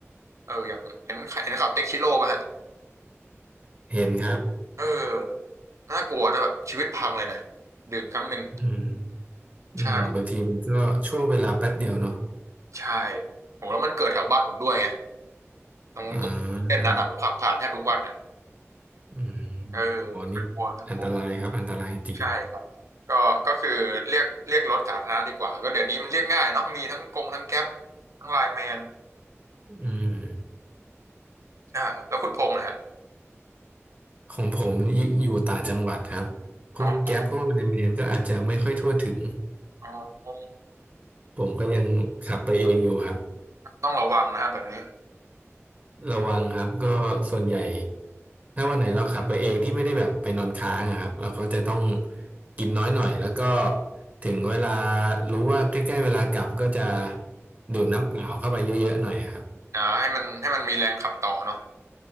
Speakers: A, on the right (about 80°); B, on the right (about 35°).
A: เอออย่างเห็นเห็นข่าวเต็กชิโร่ป่ะฮะ
B: เห็นครับ
A: เออน่ากลัวนะแบบชีวิตพังเลยนะดื่มครั้งหนึ่ง
B: อืมอืมบางทีมันก็ช่วงเวลาแป๊บเดียวเนาะ
A: ใช่ใช่โหแล้วมันเกิดแถวบ้านผมด้วยไงตรงตรงเต้นนั้นอ่ะผมขับผ่านแทบทุกวันอ่ะ
B: อ่าอืม
A: เออน่ากลัวน่ากลัว
B: โอ้โหนี่อันตรายครับอันตรายจริง
A: ใช่ครับก็ก็คือเรียกเรียกรถสาธารณะดีกว่าก็เดี๋ยวนี้มันเรียกง่ายเนาะมีทั้งกงทั้งแก๊ปทั้งไลน์แมน
B: อืม
A: อ่าแล้วคุณพงษ์นะฮะ
B: ของผมอยู่อยู่ต่างจังหวัดครับพวกแก๊ปพวกไลน์แมนก็อาจจะไม่ค่อยทั่วถึง
A: เนาะอ๋อ
B: ผมก็ยังขับไปเองอยู่ครับ
A: ต้องระวังนะฮะแบบนี้
B: ระวังครับก็ส่วนใหญ่ถ้าวันไหนเราขับไปเองที่ไม่ได้แบบไปนอนค้างอะครับเราก็จะต้องกินน้อยหน่อยแล้วก็ถึงเวลารู้ว่าใกล้ๆเวลากลับก็จะดื่มน้ำเปล่าเข้าไปเยอะๆหน่อยครับ
A: อ่าให้มันให้มันมีแรงขับต่อเนาะ